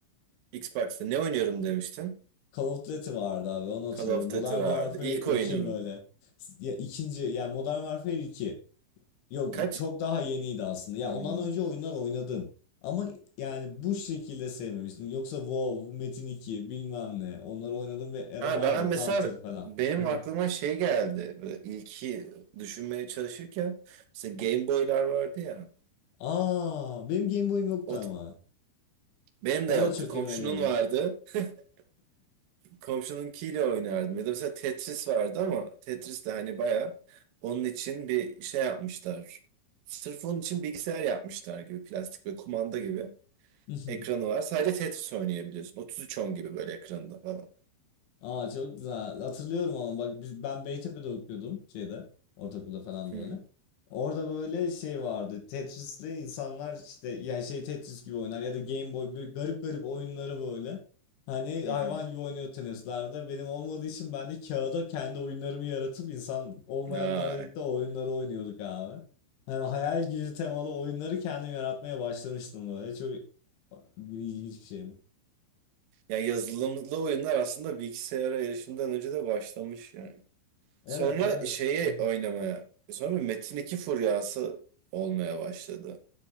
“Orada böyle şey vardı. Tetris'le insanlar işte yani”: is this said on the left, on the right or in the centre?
Left